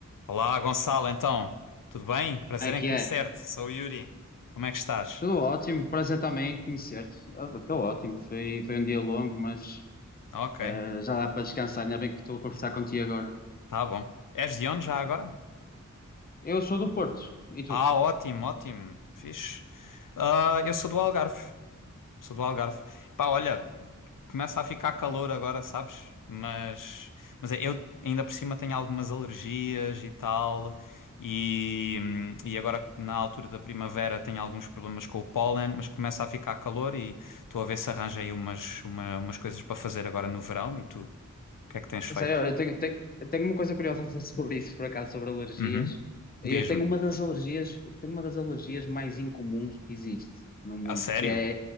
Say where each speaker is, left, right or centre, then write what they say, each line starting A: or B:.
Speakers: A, on the left; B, on the left.
A: Olá, Gonçalo, então, tudo bem? Prazer
B: Como é
A: em
B: que
A: conhecer-te.
B: é?
A: Sou o Yuri. Como é que estás?
B: Tudo ótimo, prazer também em conhecer-te. Estou ótimo, foi, foi um dia longo, mas
A: Ok,
B: eh, já dá para descansar, ainda bem que estou a conversar contigo agora.
A: tá bom. És de onde já agora?
B: Eu sou do Porto, e tu?
A: Ah, ótimo, ótimo. Fixe. Ah, eu sou do Algarve. Sou do Algarve. Pá, olha, começa a ficar calor agora, sabes? Mas, mas é, eu ainda por cima tenho algumas alergias e tal. E, hum, e agora na altura da primavera tenho alguns problemas com o pólen, mas começa a ficar calor e estou a ver se arranjo aí umas, uma- umas coisas para fazer agora no verão. E tu, o que é que tens feito?
B: Sério, eu tenho, tenho, tenho uma coisa curiosa a dizer <laughs> sobre isso, por acaso, sobre alergias.
A: Uhum.
B: Eu
A: Diz-me.
B: tenho uma das alergias, tenho uma das alergias mais incomuns que existe no mundo,
A: A sério?
B: que é,